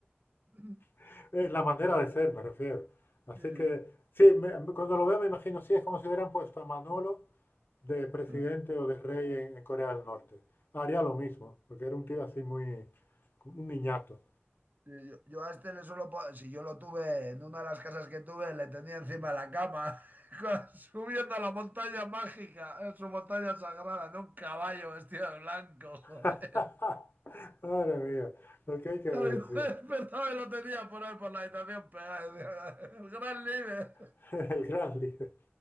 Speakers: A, on the right; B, on the left.
A: <laughs>
B: <laughs> Eh, La manera de ser, me refiero. Así
A: Sí,
B: que, sí, me- me- cuando lo veo me imagino, sí, es como si hubieran puesto a Manolo de presidente
A: sí.
B: o de rey en, en Corea del Norte. Haría lo mismo, porque era un tío así muy, un niñato.
A: Sí, Yo, yo a este le solo si yo lo tuve en una de las casas que tuve, le tenía encima de la cama, <laughs> con- subiendo a la montaña mágica, en su montaña sagrada, en un caballo vestido de blanco, <laughs> joder.
B: <laughs> Madre mía, lo que hay que
A: Claro,
B: ver,
A: yo
B: sí.
A: me despertaba y lo tenía por ahí por la habitación pegado. decía, El gran líder.
B: <laughs> El gran líder.